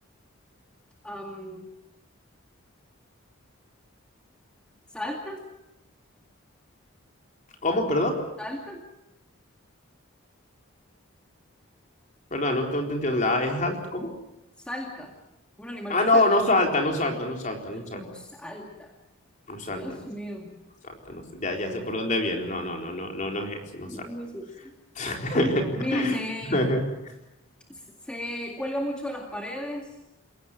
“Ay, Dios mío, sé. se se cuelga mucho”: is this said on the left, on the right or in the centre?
Centre